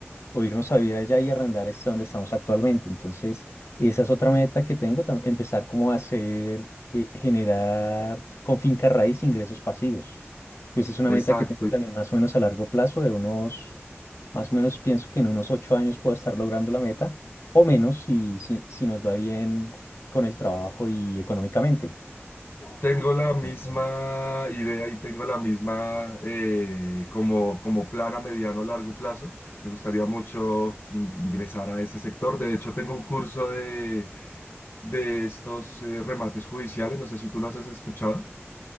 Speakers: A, on the left; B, on the left.
A: o irnos a vivir allá y arrendar es donde estamos actualmente. Entonces, esa es otra meta que tengo, tam- empezar como a hacer, eh, generar con finca raíz ingresos pasivos. Entonces, es una
B: exacto.
A: meta que tengo también más o menos a largo plazo, de unos, más o menos pienso que en unos ocho años puedo estar logrando la meta, o menos si, si, si nos va bien con el trabajo y económicamente.
B: Tengo la misma idea y tengo la misma eh, como, como plan a mediano o largo plazo. Me gustaría mucho in- ingresar a ese sector. De hecho, tengo un curso de, de estos eh, remates judiciales. No sé si tú los has escuchado.